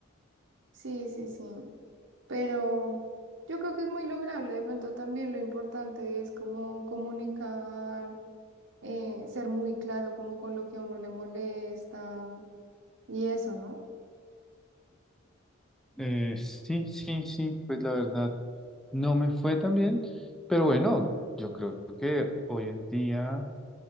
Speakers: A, on the right; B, in the centre.
A: Sí, sí, sí. Pero yo creo que es muy lograble. De pronto también lo importante es como comunicar, eh, ser muy claro como con lo que a uno le molesta y eso, ¿no?
B: Eh, sí, sí, sí, pues la verdad no me fue tan bien, pero bueno, yo creo que hoy en día